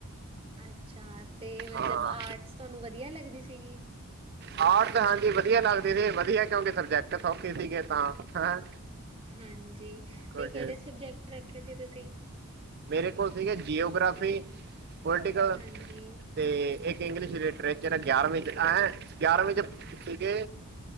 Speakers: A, on the right; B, on the right.
A: ਅੱਛਾ ਅਤੇ ਮਤਲਬ
B: ਹਾਂ
A: ਆਰਟਸ ਤੁਹਾਨੂੰ ਵਧੀਆ ਲੱਗਦੀ ਸੀਗੀ।
B: ਆਰਟਸ ਹਾਂਜੀ ਵਧੀਆ ਲੱਗਦੇ ਸੀ ਵਧੀਆ ਕਿਉਂਕਿ ਸਬਜੈਕਟ ਸੌਖੇ ਸੀਗੇ ਤਾਂ ਹੈਂ
A: ਹਾਂਜੀ
B: ਕੁਛ
A: ਤੇ ਕਿਹੜੇ ਸਬਜੈਕਟ ਰੱਖੇ ਸੀ ਤੁਸੀਂ?
B: ਮੇਰੇ ਕੋਲ ਸੀਗੇ ਜੀਓਗ੍ਰਾਫੀ, ਪੋਲੀਟੀਕਲ
A: ਹਾਂਜੀ,
B: ਤੇ ਇੱਕ ਇੰਗਲਿਸ਼ ਲਿਟਰੇਚਰ ਗਿਆਰਵੀਂ ਚ ਐਂ ਗਿਆਰਵੀਂ ਚ ਸੀਗੇ